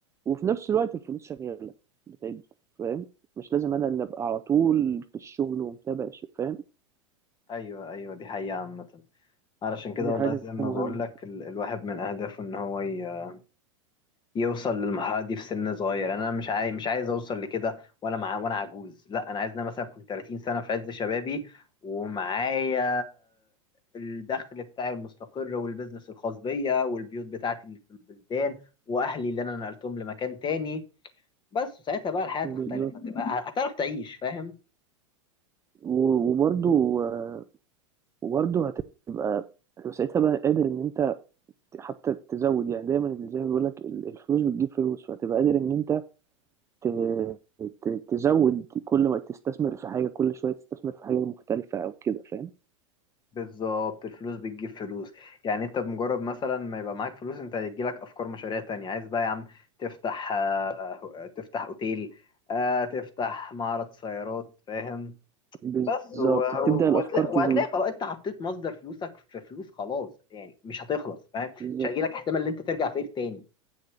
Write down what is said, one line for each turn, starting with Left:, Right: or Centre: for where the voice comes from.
Right: وفي نفس الوقت الفلوس شغاله بتعد فاهم مش لازم انا اللي ابقى على طول في الشغل ومتابع الشغل فاهم
Left: <laughs> ايوه ايوه دي حقيقه عامه علشان كده
Right: دي
Left: والله
Right: حاجه
Left: زي ما
Right: مهمه
Left: بقول لك ال- الواحد من اهدافه ان هو ي- يوصل للمرحلة دي في سن صغير انا مش عايز مش عايز اوصل لكده وانا مع وانا عجوز لا انا عايز ان انا مثلا كنت 30 سنة في عز شبابي ومعايا الدخل بتاعي المستقر والبزنس الخاص بيا والبيوت بتاعتي اللي في البلدان واهلي اللي انا نقلتهم لمكان تاني بس ساعتها بقى الحياة
Right: بالظبط
Left: تختلف هتبقى هتعرف تعيش فاهم
Right: و- وبرضو آه، وبرضو هتبقى ساعتها بقى قادر ان انت حتى تزود يعني دايما زي ما بيقول لك الفلوس بتجيب فلوس فهتبقى قادر ان انت ت- ت- تزود كل ما تستثمر في حاجه كل شويه تستثمر في حاجه مختلفه او كده فاهم
Left: بالظبط الفلوس بتجيب فلوس يعني انت بمجرد مثلا ما يبقى معاك فلوس انت هيجيلك افكار مشاريع تانية عايز بقى يا عم تفتح آه، تفتح اوتيل آه، تفتح معرض سيارات فاهم
Right: بالظبط
Left: بس و...
Right: بتبدا الافكار
Left: وتلا...
Right: تزيد
Left: وهتلاقي خلاص انت حطيت مصدر فلوسك في فلوس خلاص يعني مش هتخلص فاهم
Right: بالظبط
Left: مش هيجيلك احتمال ان انت ترجع فقير تاني